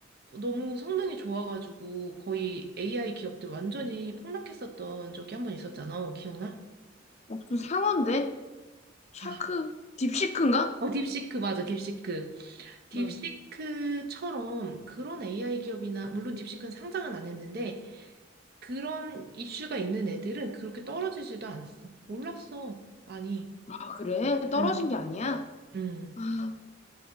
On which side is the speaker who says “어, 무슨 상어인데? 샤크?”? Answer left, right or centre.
Left